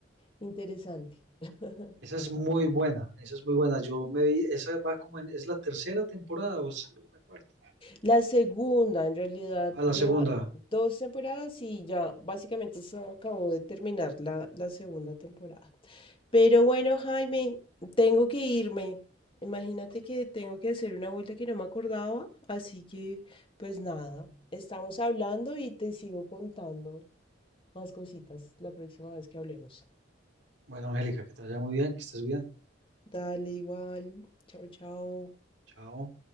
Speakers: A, on the left; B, on the right.
A: interesante. <laughs>
B: Esa es muy buena, esa es muy buena. Yo me vi, esa va como en, ¿es la tercera temporada o es la cuarta?
A: La segunda, en realidad,
B: A la
A: lleva
B: segunda.
A: dos temporadas y ya básicamente se acabó de terminar la, la segunda temporada. Pero bueno, Jaime, tengo que irme. Imagínate que tengo que hacer una vuelta que no me acordaba, así que pues nada, estamos hablando y te sigo contando más cositas la próxima vez que hablemos.
B: Bueno, Angélica, que te vaya muy bien, que estés bien.
A: Dale igual. Chao, chao.
B: Chao.